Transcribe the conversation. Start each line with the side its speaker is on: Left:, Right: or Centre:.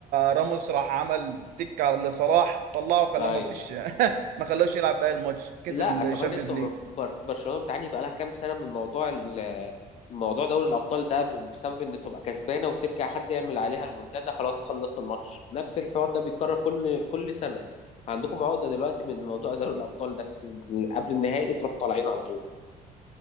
Right: راموس راح عمل تك على لصلاح طلعه خلاه
Left: ايوه
Right: ما فيش <laughs> ما خلاهوش يلعب باقي الماتش كسب
Left: لا
Right: الشامبيونز
Left: كمان انتوا
Right: ليج
Left: م- بر... برشلونه بتعاني بقالها كام سنه من موضوع ال... موضوع دوري الابطال ده ب- بسبب ان تبقى كسبانه وترجع حد يعمل عليها ريمونتادا خلاص خلصت الماتش نفس الحوار ده بيتكرر كل كل سنه عندكم عقده دلوقتي من موضوع دوري الابطال ده في س- قبل النهائي تروحوا طالعين على طول